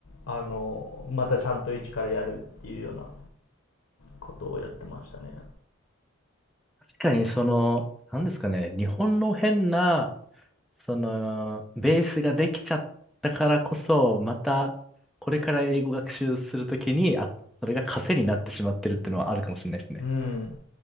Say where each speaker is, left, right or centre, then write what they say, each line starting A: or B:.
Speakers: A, on the left; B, in the centre.
A: あの、またちゃんと一からやるっていうようなことをやってましたね。
B: 確かにその、なんですかね、日本の変な、その、ベースができちゃったからこそ、また、これから英語学習するときに、あ、それが枷になってしまってるっていうのはあるかもしれないですね。
A: うん。